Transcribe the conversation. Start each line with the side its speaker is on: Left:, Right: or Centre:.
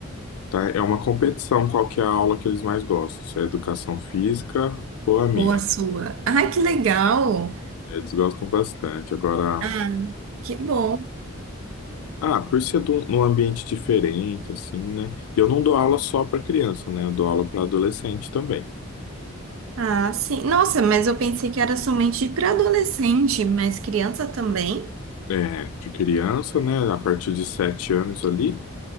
Left: tá? É uma competição qual que é a aula que eles mais gostam, se é educação física ou a minha.
Right: Ou a sua? Ai, que legal!
Left: Eles gostam bastante. Agora,
Right: Ah, que bom.
Left: ah, por ser de um- num ambiente diferente, assim, né? E eu não dou aula só para criança, né? Eu dou aula para adolescente também.
Right: Ah, sim. Nossa, mas eu pensei que era somente para adolescente, mas criança também?
Left: É, de criança, né? A partir de sete anos ali,